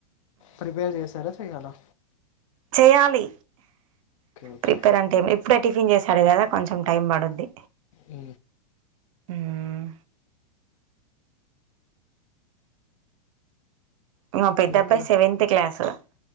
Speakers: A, on the left (about 55°); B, on the right (about 55°).
A: ప్రిపేర్ చేస్తారా చేయలా
B: చేయాలి
A: ఓకే
B: ప్రిపేర్ అంటే ఏ ఇప్పుడే టిఫిన్ చేశాడు కదా కొంచెం టైం పడుద్ది
A: అ
B: మ్మ్ ఇంకో పెద్దబ్బాయి
A: ఇంకా
B: సెవెంత్ క్లాసు